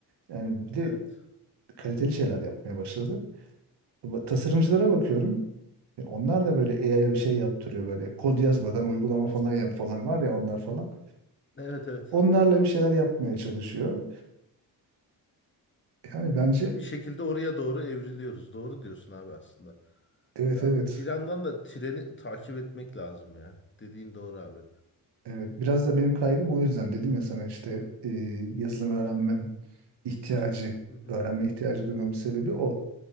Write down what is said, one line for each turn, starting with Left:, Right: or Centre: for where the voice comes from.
Right: Yani bir de
Left: Evet.
Right: kaliteli şeyler yapmaya başladı. Ama Tasarımcılara bakıyorum. E, onlar da böyle AI'ya bir şey yaptırıyor böyle. Kod yazmadan uygulama falan yap falan var ya onlar falan.
Left: Evet evet.
Right: Onlarla bir şeyler yapmaya çalışıyor. Yani bence
Left: Ya bir şekilde oraya doğru evriliyoruz. Doğru diyorsun abi aslında.
Right: evet
Left: Ya
Right: evet.
Left: bir yandan da treni takip etmek lazım ya. Dediğin doğru abi.
Right: Evet biraz da benim kaygım o yüzden dedim ya sana işte e, yazılım öğrenmem ihtiyacı,
Left: Hı hı.
Right: öğrenme ihtiyacı duymamın sebebi o.